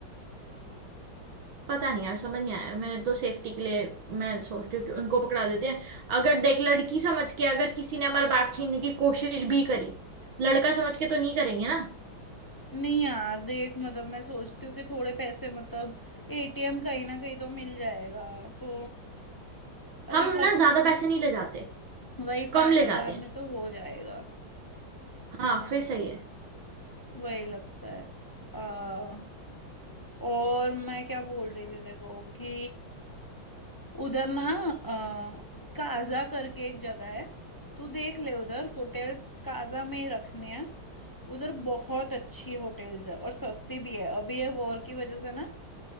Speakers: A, on the right (about 70°); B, on the left (about 20°).
A: पता नहीं यार समझ नहीं आया मैंने तो सेफ्टी के लिए मैं सोचती हूँ कि उनको पकड़ा देते हैं अगर देख लड़की समझ के अगर किसी ने हमारा बैग छीनने की कोशिश भी करी लड़का समझ के तो नहीं करेंगे ना
B: नहीं यार देख मतलब मैं सोचती हूँ कि थोड़े पैसे मतलब एटीएम कहीं ना कहीं तो मिल जाएगा तो अभी
A: हम
B: करते
A: ना ज्यादा पैसे नहीं ले जाते
B: वही
A: कम
B: पांच
A: ले
B: हजार
A: जाते हैं
B: में तो हो जाएगा
A: हाँ फिर सही है
B: वही लगता है आ, और मैं क्या बोल रही थी देखो कि उधर ना आ, काजा करके एक जगह है तू देख ले उधर होटल्स काजा में ही रखने हैं उधर बहुत अच्छी होटल्स है और सस्ती भी है अभी ये वॉर की वजह से ना